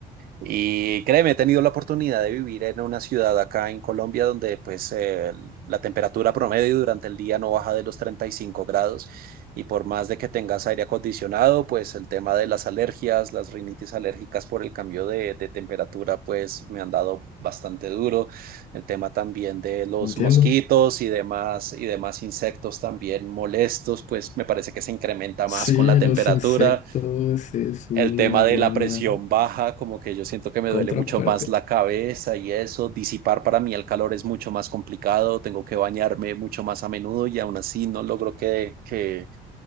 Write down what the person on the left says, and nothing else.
¿Entiendo?
Sí,
los insectos es una
buena
contraparte.